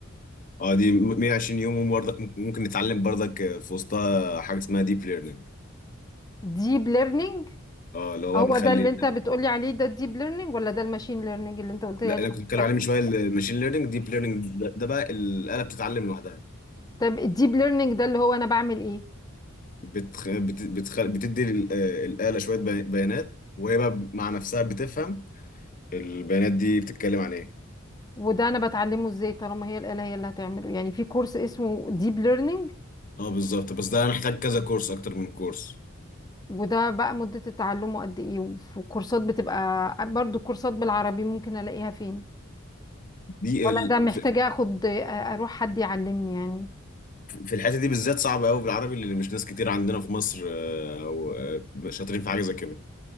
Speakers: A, on the left (about 40°); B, on the left (about 20°).
A: اه دي 120 يوم وبرضك ممكن ممكن نتعلم برضك في وسطها حاجه اسمها ديب ليرنينج
B: ديب ليرنينج
A: اه اللي هو بقى
B: هو
A: بنخلي
B: ده اللي انت بتقولي عليه ده الديب ليرنينج ولا ده الماشين ليرنينج اللي انت قلت لي
A: لا
B: عليه
A: انا كنت بتكلم
B: حاجة.
A: عليه من شويه الماشين ليرنينج ديب ليرنينج ده, ده بقى الاله بتتعلم لوحدها
B: طب الديب ليرنينج ده اللي هو انا بعمل ايه
A: بتخ... بت... بتخ... بتدي لل- آه، الاله شويه بي- بيانات وهي بقى مع نفسها بتفهم البيانات دي بتتكلم عن ايه
B: وده انا بتعلمه ازاي طالما هي الآلة هي اللي هتعمله يعني في كورس اسمه ديب ليرنينج
A: اه بالظبط بس ده محتاج كذا كورس اكتر من كورس
B: وده بقى مدة تعلمه قد ايه وفي كورسات بتبقى برضو كورسات بالعربي ممكن الاقيها فين
A: دي
B: ولا
A: ال...
B: ده محتاجة
A: في
B: اخد اروح حد يعلمني يعني
A: في الحته دي بالذات صعبه قوي بالعربي اللي مش ناس كتير عندنا في مصر آه، او آه، شاطرين في حاجه زي كده